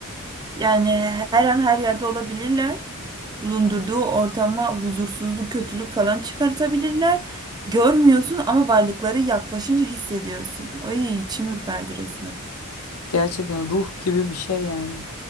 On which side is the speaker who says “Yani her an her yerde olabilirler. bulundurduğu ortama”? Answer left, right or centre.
Right